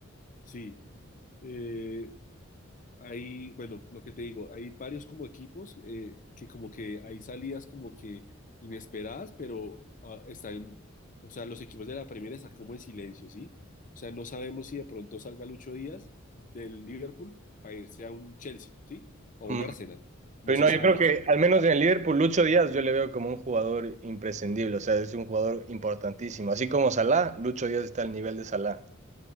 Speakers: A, on the left (about 40°); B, on the right (about 35°).
A: Sí, eh, hay, bueno, lo que te digo, hay varios como equipos eh, que como que hay salidas como que inesperadas, pero ah, están, o sea, los equipos de la Premier están como en silencio, ¿sí? O sea, no sabemos si de pronto salga Lucho Díaz del Liverpool para irse a un Chelsea, ¿sí? O
B: Mm,
A: un Arsenal. No
B: Pero
A: se
B: no,
A: sabe,
B: yo creo que al menos en el Liverpool, Lucho Díaz yo le veo como un jugador imprescindible, o sea, es un jugador importantísimo. Así como Salah, Lucho Díaz está al nivel de Salah.